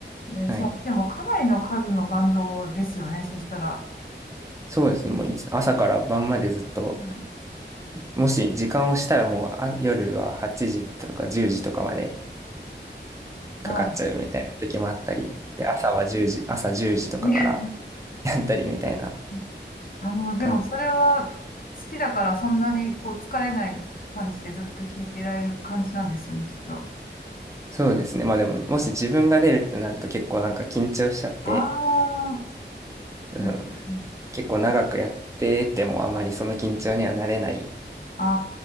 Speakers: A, on the left; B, on the right.
A: えーじゃあ、
B: はい。
A: でもかなりの数のバンドですよね、そしたら。
B: そうですね。もう一朝から晩までずっと、
A: うん
B: もし時間をしたらもうあ夜は8時とか10時とかまで
A: まあ、
B: かかっちゃうみたいな時もあったり、
A: ね
B: で、朝は10時、朝10時とかから
A: え、<laughs> ね
B: やったりみたいな
A: え、あの、でもそれは好
B: 感じ。
A: きだからそんなにこう疲れない感じでずっと聴いてられる感じなんですよね、きっと。
B: そうですね。まあでも、もし自分が出るってなると結構なんか緊張しちゃって、
A: ああ、
B: うん
A: なるほど。
B: 結構長くやっててもあまりその緊張にはなれない
A: あ